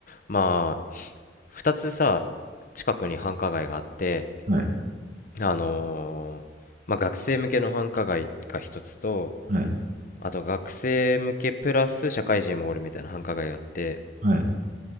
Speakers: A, on the left; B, on the right.
A: まあ、二つさ、近くに繁華街があって、
B: はい、
A: あのーまあ、学生向けの繁華街が一つと、
B: はい、
A: あと学生向けプラス社会人もおるみたいな繁華街があって、
B: はい、